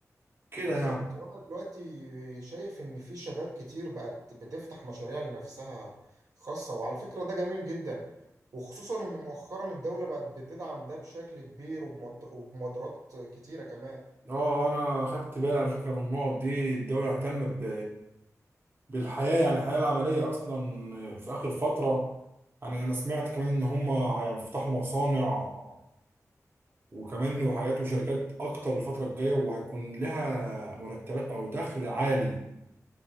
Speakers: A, on the right; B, on the right.
A: كده
B: بالظبط
A: يعني
B: وانا دلوقتي شايف ان في شباب كتير بقت بتفتح مشاريع لنفسها خاصة وعلى فكرة ده جميل جدا وخصوصا ان مؤخرا الدولة بقت بتدعم ده بشكل كبير وبمد- وبمبادرات كتيرة كمان
A: اه انا خدت بالي على فكره من النقط دي الدوله اهتم ب... بالحياه يعني الحياه العمليه اصلا في اخر فتره يعني انا سمعت كمان ان هم هيفتحوا مصانع وكمان وحاجات وشركات اكتر الفتره الجايه وهيكون لها مرتبات او دخل عالي